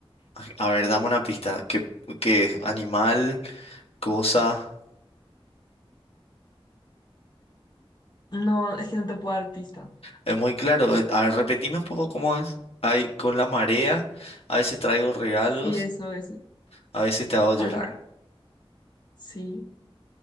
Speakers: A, on the left (about 80°); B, on the left (about 45°).
A: A a ver, dame una pista. ¿Qué, qué animal, cosa?
B: No, es que no te puedo dar pista.
A: Es muy claro. eh, A ver, repetime un poco cómo es. Hay con la marea, a veces traigo regalos,
B: Sí, eso, eso.
A: a veces te hago llorar.
B: Ajá, sí.